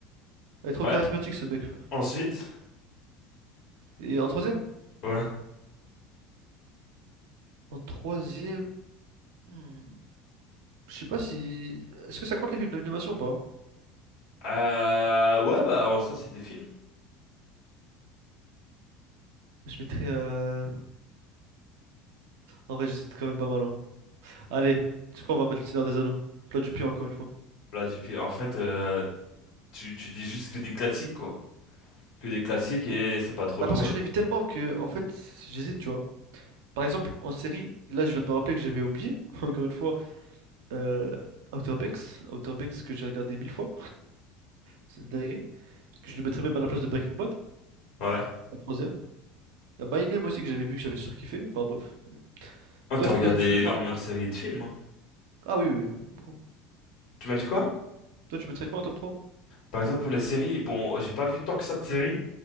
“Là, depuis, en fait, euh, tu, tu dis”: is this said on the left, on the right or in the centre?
Left